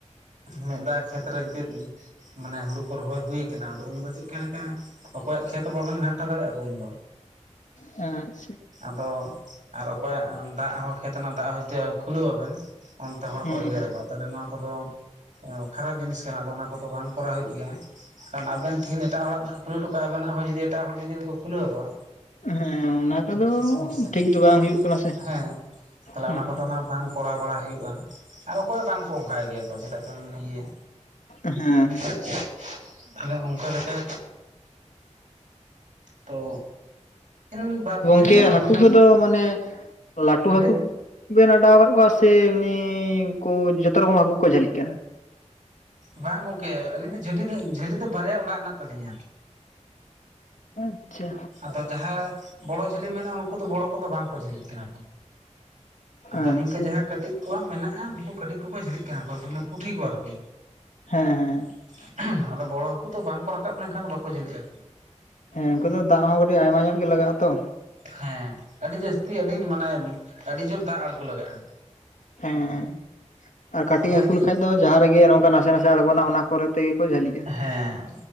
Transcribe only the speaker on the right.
ᱢᱮᱫ ᱫᱟᱜ ᱠᱷᱮᱛ ᱨᱮ ᱡᱩᱫᱤ ᱢᱟᱱᱮ ᱦᱩᱲᱩ ᱠᱚ ᱨᱚᱦᱚᱭ ᱦᱩᱭᱠᱟᱱᱟ ᱟᱫᱚ ᱩᱱᱫᱚ ᱪᱮᱫᱠᱟ ᱞᱮᱠᱟ ᱚᱠᱚᱭᱟᱜ ᱠᱷᱮᱛ ᱚ ᱵᱟᱵᱮᱱ ᱜᱷᱟᱱᱴᱟ ᱫᱟᱲᱮᱭᱟᱜᱼᱟ ᱩᱱ ᱫᱚ
ᱟᱫᱚ ᱟᱨ ᱚᱠᱚᱭᱟᱜ ᱫᱟᱜ ᱦᱚᱸ ᱠᱷᱮᱛ ᱨᱮᱱᱟᱜ ᱫᱟᱜ ᱦᱚᱸ ᱡᱮ ᱠᱷᱩᱞᱟᱹᱣ ᱟᱵᱮᱱ ᱚᱱᱛᱮ ᱦᱚᱲ
ᱠᱚ ᱮᱜᱮᱨᱟᱠᱚ ᱛᱟᱦᱞᱮ ᱱᱚᱣᱟ ᱠᱚᱫᱚ ᱠᱷᱟᱨᱟᱯ ᱡᱤᱱᱤᱥ ᱠᱟᱱᱟ ᱟᱫᱚ ᱚᱱᱟ ᱠᱚᱫᱚ ᱵᱟᱝ ᱠᱚᱨᱟᱣ ᱦᱩᱭᱩᱜ ᱜᱮᱭᱟ ᱠᱷᱟᱱ ᱟᱵᱮᱱ ᱛᱤᱦᱤᱧ ᱮᱴᱟᱜ ᱦᱚᱲᱟᱜ ᱵᱮᱱ ᱠᱷᱩᱞᱟᱹᱣ ᱴᱚᱠᱟᱜᱼᱟ ᱟᱵᱮᱱᱟᱜ ᱦᱚᱸ ᱡᱩᱫᱤ ᱮᱴᱟᱜ ᱦᱚᱲ ᱢᱤᱫ ᱫᱤᱱ ᱠᱚ ᱠᱷᱩᱞᱟᱹᱣ ᱠᱚᱣᱟ
ᱛᱟᱦᱞᱮ ᱥᱚᱢᱚᱥᱥᱟ ᱠᱚ
ᱦᱮᱸ ᱛᱟᱦᱚᱞᱮ ᱚᱱᱟ
ᱠᱚᱫᱚ ᱚᱱᱟ ᱵᱟᱝ ᱠᱚᱨᱟᱣ ᱵᱟᱲᱟ ᱦᱩᱭᱩᱜᱼᱟ ᱟᱨ ᱚᱠᱚᱭ ᱵᱟᱝᱠᱚ ᱚᱱᱠᱟᱭ ᱜᱮᱭᱟ ᱠᱚ ᱪᱮᱫᱟᱜ ᱵᱮᱱ ᱤᱭᱟᱹ
<inaudible> ᱛᱟᱦᱚᱞᱮ ᱚᱱᱠᱟ ᱞᱮᱠᱟ ᱛᱚ ᱤᱱ ᱵᱟᱨ ᱫᱤᱱ
ᱪᱟᱞᱟᱣ
ᱦᱩᱭ ᱞᱮᱱᱟ
ᱞᱟᱹᱭ ᱵᱤᱱ
ᱵᱟᱝ ᱜᱚᱝᱠᱮ ᱟᱹᱞᱤᱧ ᱫᱚ ᱡᱷᱟᱹᱞᱤ ᱫᱚ ᱡᱷᱟᱹᱞᱤ ᱫᱚ ᱵᱟᱨᱭᱟ ᱚᱰᱟᱣ ᱦᱮᱱᱟᱜ ᱛᱟᱹᱟᱞᱤᱧᱟ
ᱟᱫᱚ ᱡᱟᱦᱟᱸ ᱵᱚᱲᱚ ᱡᱷᱟᱹᱞᱤ ᱢᱮᱱᱟᱜᱼᱟ ᱩᱱᱠᱩ ᱫᱚ ᱵᱚᱲᱚ ᱠᱚᱫᱚ ᱵᱟᱝᱠᱚ ᱡᱷᱟᱹᱞᱤᱜ ᱠᱟᱱᱟ ᱠᱚ ᱟᱫᱚ
ᱱᱤᱝᱠᱟᱹ ᱡᱟᱦᱟᱸ ᱠᱟᱹᱴᱤᱡ ᱠᱚᱣᱟᱜ ᱢᱮᱱᱟᱜᱼᱟ ᱩᱱᱠᱩ ᱠᱟᱹᱴᱤᱡ ᱠᱚᱠᱚ ᱡᱷᱟᱞᱤᱜ ᱠᱟᱱᱟ ᱠᱚ ᱯᱩᱴᱷᱤ ᱠᱚ ᱟᱨᱠᱤ
<unintelligible> ᱟᱫᱚ ᱵᱚᱲᱚ ᱦᱟᱹᱠᱩ ᱫᱚ ᱵᱟᱝᱠᱚ ᱨᱟᱠᱟᱵ ᱞᱮᱱᱠᱷᱟᱱ ᱫᱚ ᱵᱟᱠᱚ ᱡᱷᱟᱹᱞᱤᱜᱼᱟ
ᱦᱮᱸ ᱟᱹᱰᱤ ᱡᱟᱹᱥᱛᱤ ᱟᱹᱰᱤ ᱢᱟᱱᱮ ᱟᱹᱰᱤ ᱡᱳᱨ ᱫᱟᱜ ᱟᱬᱜᱳ ᱞᱟᱜᱟᱜᱼᱟ
ᱛᱚᱵᱮ
ᱟᱹᱱᱤᱡ
ᱦᱮᱸ